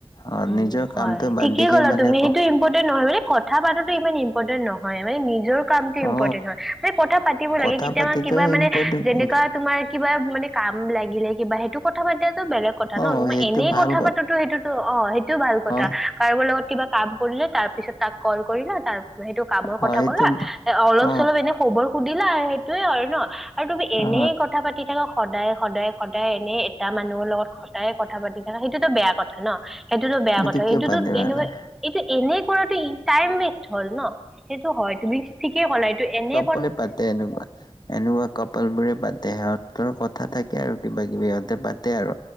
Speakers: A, on the left; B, in the centre.
A: অ
B: উম
A: নিজৰ
B: হয়
A: কামটো বাদ
B: ঠিকেই
A: দিকে
B: ক'লা
A: মানে
B: তুমি।
A: ক
B: সেইটো ইম্পৰ্টেন্ট নহয় মানে ক কথা পাতো ইমান ইম্পৰ্টেন্ট নহয়। মানে নিজৰ কামটো
A: অ
B: ইম্পৰ্টেণ্ট হয়। মানে কথা পাতিব
A: কথা
B: লাগে কেতিয়াবা
A: পাতিতো
B: কিবা মানে
A: ইম্পৰ্টেণ্ট
B: যেনেকুৱা তোমাৰ কিবা মানে কাম লাগিলে কিবা সেইটো কথা পাতিলে বেলেগ। কথা ন
A: অ
B: ত মই
A: সেইটো
B: এনেই
A: ভাল
B: কথা পাতোতো সেইটোতো অ সেইটোও ভাল কথা।
A: অ
B: কাৰোবাৰ লগত কিবা কাম কৰিলে তাৰ পিছত তাক কল কৰিলা তাৰ সেইটো কামৰ কথা
A: অ সেইটো
B: ক'লা। অলপ
A: অ
B: চলপ এনে খবৰ সুধিলা সেইটোয়ে আৰু ন। আৰু তুমি এনেই
A: অ
B: কথা পাতি থাকা সদায় সদায় সদায় এনে এটা মানুহৰ লগত। সদায়ে কথা পাতি থাকা সেইটোতো বেয়া কথা ন। সেইটোতো বেয়া
A: এইটো
B: কথা
A: কিয়
B: এইটোতো
A: বাদ দিবা
B: এনেকুৱা এইটো এনেই কৰাতটো টাইম ৱেষ্ট হল ন। সেইটো হয় তুমি ঠিকেই কলা এইটো এনে
A: কোনে পাতে এনেকুৱা। এনেকুৱা কপাল বোৰে পাতে সিহঁতৰ কথা থাকে আৰু কিবা কিবি সিহঁতে পাতে আৰু।